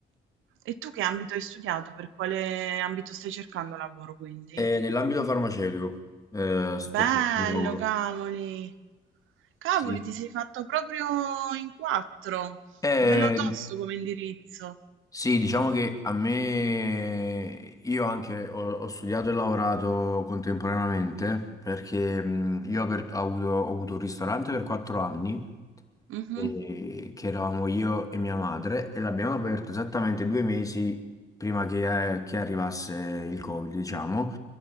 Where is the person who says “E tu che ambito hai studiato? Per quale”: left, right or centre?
Right